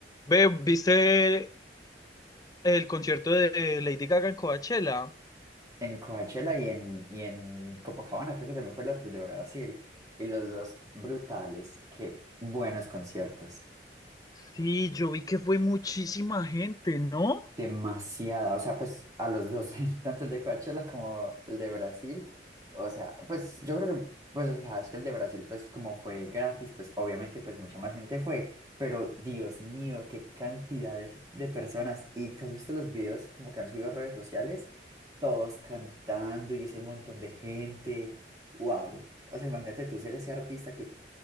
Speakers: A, on the left; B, on the right.
A: Ve, ¿viste el concierto de Lady Gaga en Coachella?
B: En Coachella y en, y en Copacabana, creo que también fue el otro de Brasil. Y los dos brutales, qué buenos conciertos.
A: Sí, yo vi que fue muchísima gente, ¿no?
B: Demasiada, o sea, pues a los dos, <laughs> tanto el de Coachella como el de Brasil, o sea, pues yo creo que, pues, o sea, es que el de Brasil, pues como fue gratis, pues obviamente, pues mucha más gente fue, pero Dios mío, qué cantidades de personas, y tú has visto los videos como que han subido a redes sociales, todos cantando y ese montón de gente, wow, o sea, imagínate tú ser ese artista que